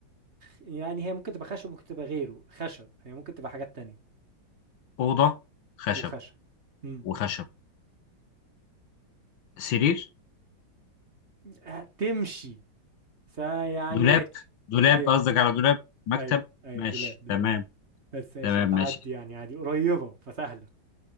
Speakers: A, on the right (about 40°); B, on the left (about 75°).
A: يعني هي ممكن تبقى خشب ممكن تبقى غيره خشب هي ممكن تبقى حاجات تانية
B: اوضه خشب
A: وخشب امم
B: وخشب سرير
A: هتمشي فيعني
B: دولاب
A: ماشي
B: دولاب
A: ايوه
B: قصدك على دولاب
A: ايوه
B: مكتب
A: ايوه ايوه
B: ماشي
A: دولاب دولاب
B: تمام
A: بس ماشي
B: تمام
A: هتعدي
B: ماشي
A: يعني عادي قريبة فسهلة